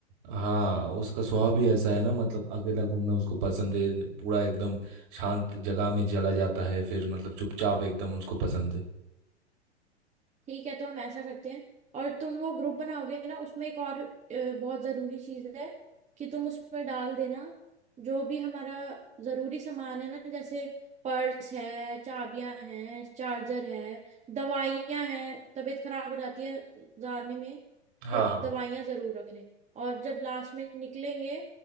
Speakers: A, on the right (about 50°); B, on the right (about 20°).
A: हाँ उसका स्वभाव भी ऐसा है ना मतलब अकेला घूमना उसको पसंद है पूरा एकदम शांत जगह में चला जाता है फिर मतलब चुपचाप एकदम उसको पसंद है
B: ठीक है तो हम ऐसा करते हैं और तुम वो ग्रुप बनाओगे ना उसमें एक और अ, बहुत ज़रूरी चीज़ है कि तुम उसमें डाल देना जो भी हमारा ज़रूरी सामान है ना जैसे पर्स है चाबियां हैं चार्जर है दवाइयां हैं तबीयत खराब हो जाती है जाने में
A: हाँ
B: तो
A: हाँ
B: दवाइयां ज़रूर रख लें और जब लास्ट में निकलेंगे